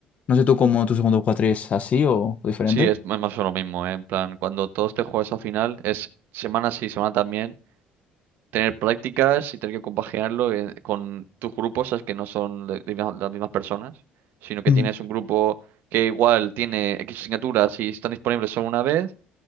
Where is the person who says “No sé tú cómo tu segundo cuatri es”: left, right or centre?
Left